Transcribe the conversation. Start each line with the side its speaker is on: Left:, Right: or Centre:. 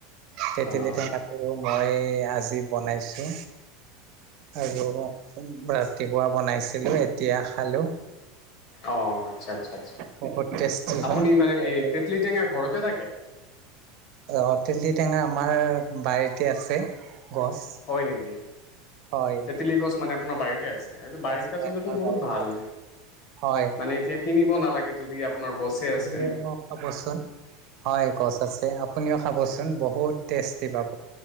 Right: তেতেলী
Left: অঁ
Right: টেঙা টো, মই আজি বনাইছো। আৰু ৰাতিপুৱা বনাইছিলো এতিয়া খালো।
Left: অ আচ্ছা আচ্ছা আচ্ছা,
Right: বহুত টেষ্টি
Left: আপুনি
Right: হয়
Left: মানে
Right: আৰু
Left: এই তেতলি টেঙা ঘৰত, নেথাকে,
Right: অ ত্তেতেলি টেঙা আমাৰ বাৰীতে আছে। গছ
Left: হয় নেকি,
Right: হয়
Left: তেতেলী গছ মানে আপোনাৰ বাৰীতে আছে। বাৰীতে
Right: গছ হয়
Left: আছো দেখোন
Right: আমাৰ
Left: বহুত
Right: বাৰীতে
Left: ভাল।
Right: আছে হয়
Left: মানে এতিয়া কিনিব নালাগে, যদি আপোনাৰ গছে
Right: আপুনিও
Left: আছে।
Right: খাবচোন হয়, গছ আছে আপুনিও খাবচোন বহুত টেষ্টি পাব।